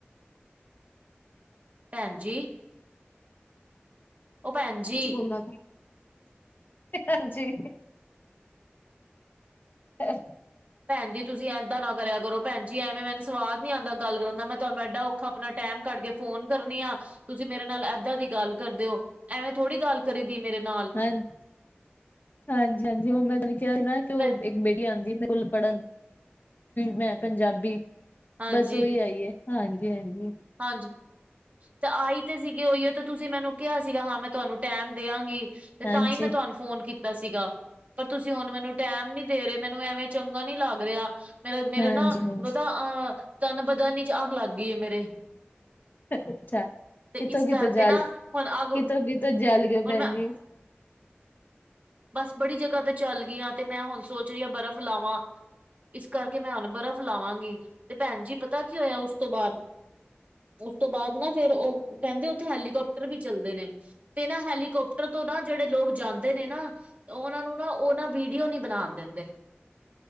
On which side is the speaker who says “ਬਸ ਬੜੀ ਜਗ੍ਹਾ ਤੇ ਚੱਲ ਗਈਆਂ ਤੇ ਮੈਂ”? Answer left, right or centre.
Right